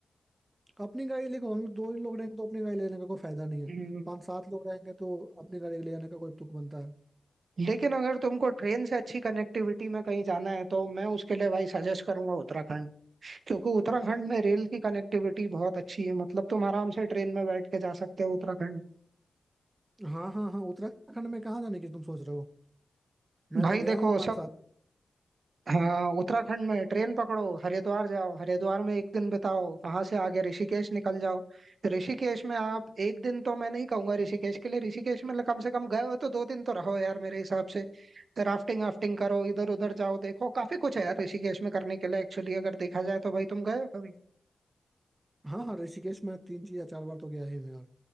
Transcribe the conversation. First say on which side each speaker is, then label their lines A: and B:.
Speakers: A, on the right; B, on the right.
A: अपनी गाड़ी देखो हम लोग दो ही लोग रहेंगे तो अपनी गाड़ी लेने का कोई फायदा नहीं है
B: हम्म।
A: पाँच सात लोग रहेंगे तो अपनी गाड़ी ले जाने का कोई तुक बनता है
B: लेकिन अगर तुमको ट्रेन से अच्छी कनेक्टिविटी में कहीं जाना है तो मैं उसके लिए भाई सजेस्ट करूंगा उत्तराखंड क्योंकि उत्तराखंड में रेल की कनेक्टिविटी बहुत अच्छी है मतलब तुम आराम से ट्रेन में बैठ के जा सकते हो उत्तराखंड
A: हाँ हाँ हाँ उत्तराखंड में कहाँ जाने की तुम सोच रहे हो मैं
B: भाई
A: तो गया
B: देखो
A: हूँ पाँच
B: सब हाँ उत्तराखंड में ट्रेन पकड़ो हरिद्वार जाओ हरिद्वार में एक दिन बिताओ वहां से आगे ऋषिकेश निकल जाओ ऋषिकेश में आप एक दिन तो मैं नहीं कहूंगा ऋषिकेश के लिए ऋषिकेश में कम से कम गए हो तो दो दिन तो रहो यार मेरे हिसाब से राफ्टिंग वाफ्टिंग करो इधर उधर जाओ देखो काफी कुछ है यार ऋषिकेश में करने के लिए एक्चुअली अगर देखा जाए तो भाई तुम गए हो कभी
A: हाँ हाँ ऋषिकेश में तीन चीज या चार बार तो गया ही हूँ यार